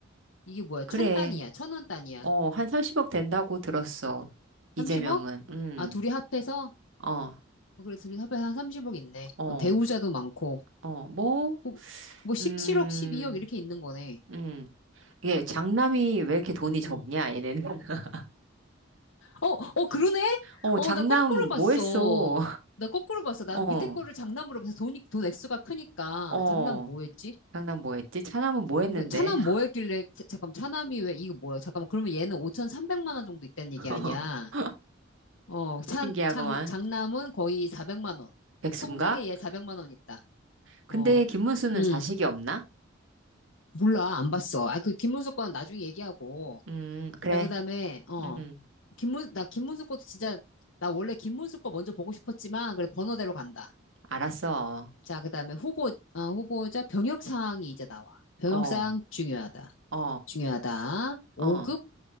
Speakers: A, on the left; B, on the right.
A: 이게 뭐야?
B: 그래.
A: 천 단위야. 천 원 단위야.
B: 어, 한 30억 된다고 들었어. 이재명은.
A: 30억?
B: 음,
A: 아, 둘이 합해서?
B: 어,
A: 어, 그래, 둘이 합해서 한 30억 있네.
B: 어,
A: 어, 배우자도 많고.
B: 어, 뭐,
A: 어, 뭐 17억,
B: 음,
A: 12억 이렇게 있는 거네.
B: 음. 이게 장남이 왜 이렇게 돈이 적냐,
A: 음.
B: 얘네는. <laughs>
A: 어, 어, 그러네?
B: 어,
A: 어,
B: 장남
A: 나 거꾸로 봤어.
B: 뭐 했어? <laughs>
A: 나 거꾸로 봤어. 난
B: 어,
A: 밑에 거를 장남으로 봐서 돈이, 돈 액수가 크니까.
B: 어.
A: 장남 뭐였지?
B: 장남 뭐 했지? 차남은 뭐 했는데?
A: 그러니까 차남 뭐 했길래, 자- 잠깐만, 차남이 왜, 이거 뭐야? 잠깐만, 그러면 얘는 5,300만 원 정도 있다는 얘기
B: <laughs>
A: 아니야? 어, 차,
B: 신기하구만.
A: 장, 장남은 거의 400만 원.
B: 백수인가?
A: 통장에 얘 400만 원 있다.
B: 근데
A: 어,
B: 김문수는
A: 음,
B: 자식이 없나?
A: 몰라, 안 봤어. 아, 그 김문수 건 나중에 얘기하고.
B: 음, 그래.
A: 자, 그다음에 어
B: 음,
A: 김문 나 김문수 것도 진짜 나 원래 김문수 거 먼저 보고 싶었지만 그래 번호대로 간다.
B: 알았어.
A: 자, 그다음에 후보 어, 후보자 병역 사항이 이제 나와. 병역
B: 어,
A: 사항 중요하다.
B: 어,
A: 중요하다. 5급
B: 어.